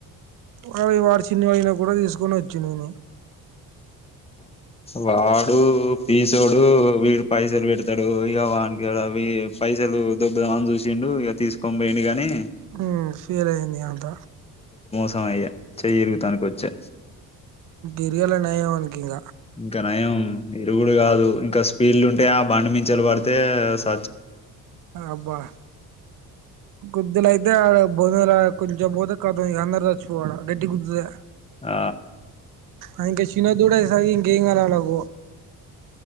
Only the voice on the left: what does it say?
వాడు పీసోడు వీడు పైసలు పెడతాడు, ఇక వాని కాడ పైసలు దోబ్బుదాం అని చూసిండు ఇక తీసుకొని పోయిండు గని
ం అయ్యా చెయి తిరుగుతానికి వచ్చా
ఇంకా నయం ఇరుగుడు కాదు ఇంకా స్పీడ్లు ఉంటే ఆ బండి మించలి పడితే స
ఆ